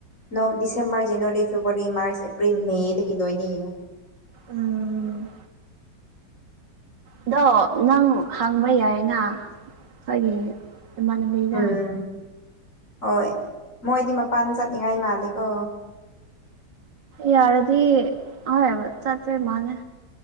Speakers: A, on the left (about 45°); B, on the right (about 85°).
A: ꯂꯧ December January February March April ꯃꯦꯗꯒꯤ ꯂꯣꯏꯅ ꯌꯦꯡꯉꯨ
B: ꯎꯝ ꯑꯗꯣ ꯅꯪ ꯍꯪꯕ ꯌꯥꯏꯅ ꯑꯩꯈꯣꯏꯒꯤ ꯅꯃꯥꯟꯅꯕꯤꯗ
A: ꯎꯝ ꯍꯣꯏ ꯃꯣꯏꯗꯤ ꯃꯄꯥꯟ ꯆꯠꯅꯤꯡꯉꯥꯏ ꯃꯥꯜꯂꯦꯀꯣ
B: ꯌꯥꯔꯗꯤ ꯍꯣꯢ ꯆꯠꯄꯩ ꯃꯥꯜꯂꯦ